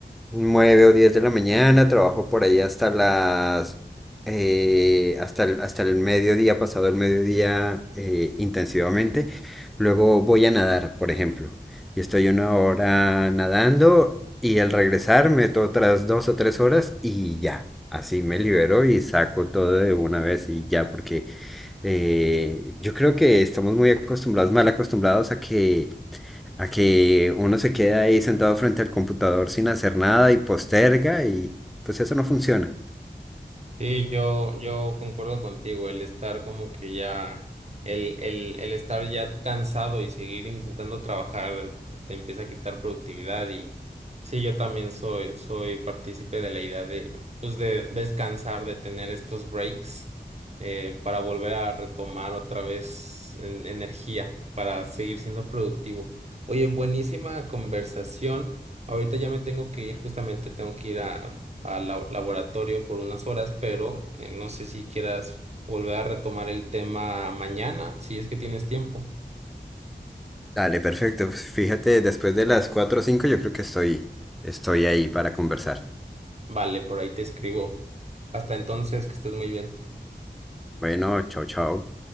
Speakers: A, in the centre; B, on the right.
A: 9 o 10 de la mañana, trabajo por ahí hasta las... eh, hasta el, hasta el mediodía, pasado el mediodía eh, intensivamente. Luego voy a nadar, por ejemplo. Y estoy una hora nadando y al regresar meto otras dos o tres horas y ya. Así me libero y saco todo de una vez y ya, porque eh, yo creo que estamos muy acostumbrados, mal acostumbrados a que a que uno se queda ahí sentado frente al computador sin hacer nada y posterga y pues eso no funciona.
B: Sí, yo, yo concuerdo contigo, el estar como que ya, el, el, el estar ya cansado y seguir intentando trabajar te empieza a quitar productividad y sí, yo también soy, soy partícipe de la idea de, pues de descansar, de tener estos breaks eh, para volver a retomar otra vez en- energía, para seguir siendo productivo. Oye, buenísima conversación. Ahorita ya me tengo que ir, justamente tengo que ir a- al lab- laboratorio por unas horas, pero eh, no sé si quieras volver a retomar el tema mañana, si es que tienes tiempo.
A: Dale, perfecto. Pues, Fíjate, después de las 4 o 5 yo creo que estoy, estoy ahí para conversar.
B: Vale, por ahí te escribo. Hasta entonces, que estés muy bien.
A: Bueno, chao, chao.